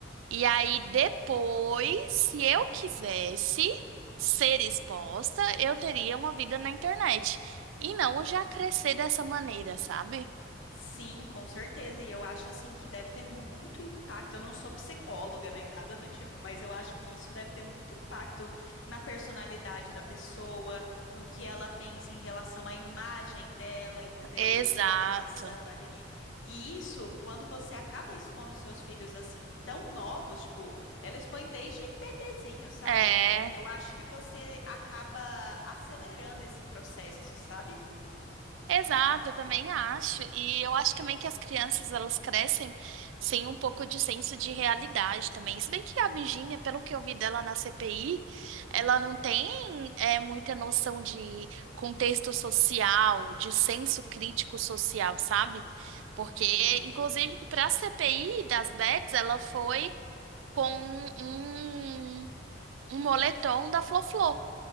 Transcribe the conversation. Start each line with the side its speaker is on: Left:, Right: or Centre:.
Right: E aí, depois, se eu quisesse ser exposta, eu teria uma vida na internet. E não já crescer dessa maneira, sabe?
Left: Sim, com certeza. E eu acho assim que deve ter muito impacto. Eu não sou psicóloga nem nada do tipo, mas eu acho que isso deve ter muito impacto na personalidade da pessoa, no que ela pensa em relação à imagem dela, entendeu?
Right: Exato.
Left: E o que ela tá passando ali. E isso, quando você acaba expondo seus filhos assim tão novos, tipo, ela expõe desde bebezinho, sabe?
Right: É.
Left: Eu acho que você acaba acelerando esse processo, sabe?
Right: Exato, eu também acho. E eu acho também que as crianças, elas crescem sem um pouco de senso de realidade também. Se bem que a Virgínia, pelo que eu vi dela na CPI, ela não tem é, muita noção de contexto social, de senso crítico social, sabe? Porque,
Left: Uhum.
Right: inclusive, para a CPI das Bets, ela foi com um, um moletom da Floflô.